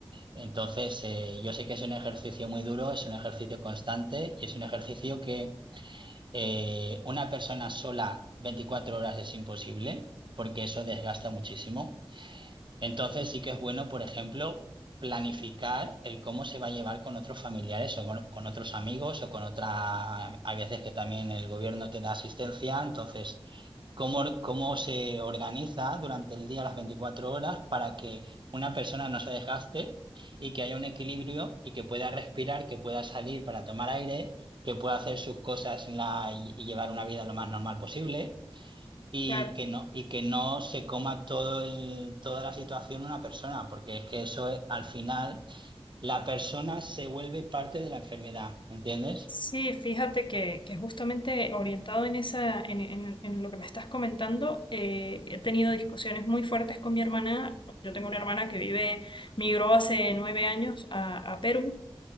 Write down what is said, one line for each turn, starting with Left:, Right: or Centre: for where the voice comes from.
Right: Entonces, eh, yo sé que es un ejercicio muy duro, es un ejercicio constante y es un ejercicio que eh, una persona sola 24 horas es imposible porque eso desgasta muchísimo. Entonces sí que es bueno, por ejemplo, planificar el cómo se va a llevar con otros familiares o con, con otros amigos o con otra... Hay veces que también el gobierno te da asistencia, entonces, cómo, or- cómo se organiza durante el día las 24 horas para que una persona no se desgaste y que haya un equilibrio y que pueda respirar, que pueda salir para tomar aire, que pueda hacer sus cosas en la- y y llevar una vida lo más normal posible. Y
Left: Claro.
Right: que no, y que no se coma todo el, toda la situación una persona, porque es que eso es- al final la persona se vuelve parte de la enfermedad, ¿me entiendes?
Left: Sí, fíjate que, que justamente orientado en esa, en, en- en lo que me estás comentando, eh, he tenido discusiones muy fuertes con mi hermana. Yo tengo una hermana que vive, migró hace nueve años a, a Perú